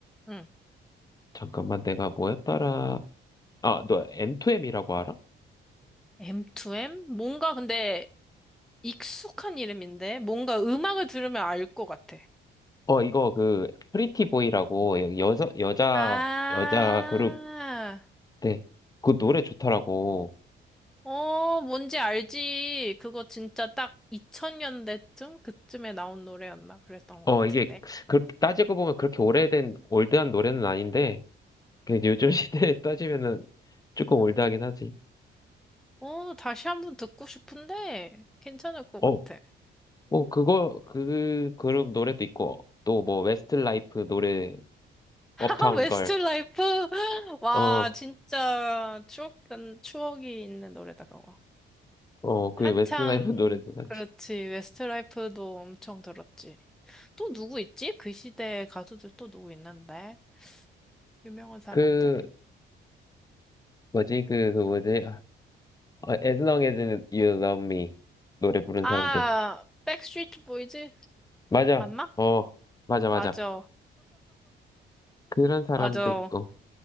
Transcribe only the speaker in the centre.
응.
M2M? 뭔가 근데 익숙한 이름인데 뭔가 음악을 들으면 알 것 같아.
아.
어, 뭔지 알지. 그거 진짜 딱 2000년대쯤? 그쯤에 나온 노래였나? 그랬던
것 같은데.
어, 다시 한 번 듣고 싶은데, 괜찮을 것
같아.
<laughs> 아,
웨스트라이프!
<laughs> 와,
진짜 추억, 난 추억이 있는 노래다, 그거.
한창,
그렇지. 웨스트라이프도 엄청 들었지. 또 누구 있지? 그 시대 가수들 또 누구 있는데? 유명한 사람들이.
아,
백스트리트 보이즈?
맞나?
맞아.
맞아.